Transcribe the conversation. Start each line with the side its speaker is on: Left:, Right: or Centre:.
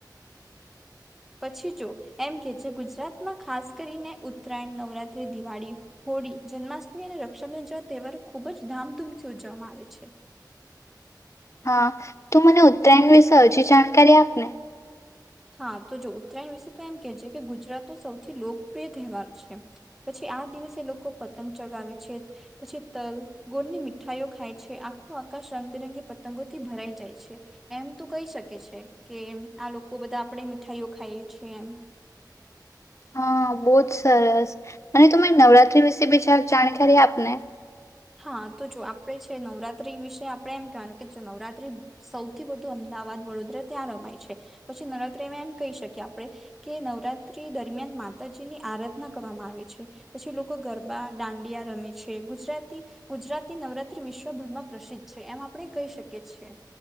Centre: પછી જો એમ કે જે ગુજરાતમાં ખાસ કરીને ઉત્તરાયણ નવરાત્ર્રીદિવાળી હોળી જન્માષ્ટમી અને રક્ષાંધ જેવા તહેવારો ખૂબ જ ધામધૂમથી ઉજવવામાં આવે છે
Left: હા તું મને ઉત્તરાયણ વિશે હજી જાણકારી આપને
Centre: હા તો જો ઉત્તરાયણ વિશે તો એમ કે છે કે ગુજરાતનો સૌથી લોકપ્રિય તહેવાર છે પછી આ દિવસે લોકો પતંગ ચગાવે છે પછી તલ ગોરની મીઠાઈઓ ખાય છે આખો આકાશ રંગબેરંગી પતંગોથી ભરાઈ જાય છે એમ તો કહી શકે છે કે આ લોકો ખુ બધા આપણે મીઠાઈઓ ખાઈએ છીએ એમ
Left: હા બહુજ સરસ અને ત નવરાત્રી વિશે બીજાર જાણકારી આપને
Centre: હા તો જો આપણેે છે નવરાત્રી વિશે આપણે એમ કહેવાનું કે જો નવરાત્રી સૌથી વધુ અમદાવાદ વડોદરા ત્યાં રમાય છે પછી નવરાત્રી એમાં એમ કહી શકીએ આપણે કે નવરાત્રી દરમિયાન માતાજીની આરાધના કરવામાં આવે છે પછી લોકો ગરબા દાંડિયા રમે છે ગુજરાત... ગુજરાતની નવરાત્રી વિશ્વભરમાં પ્રસિદ્ધ છે એમ આપણે કહી શકીએ છએ